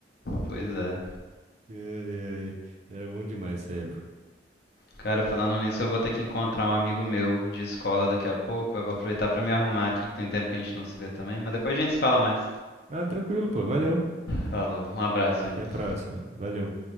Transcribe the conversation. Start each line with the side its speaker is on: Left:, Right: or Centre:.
Left: Pois é.
Right: Ai, ai. Era bom demais essa época.
Left: Cara, falando nisso, eu vou ter que encontrar um amigo meu de escola daqui a pouco. Eu vou aproveitar pra me arrumar aqui, que tem tempo que a gente não se vê também. Mas depois a gente se fala mais.
Right: Ah, tranquilo, pô. Valeu.
Left: Falou, um abraço aí.
Right: Até a próxima. Valeu.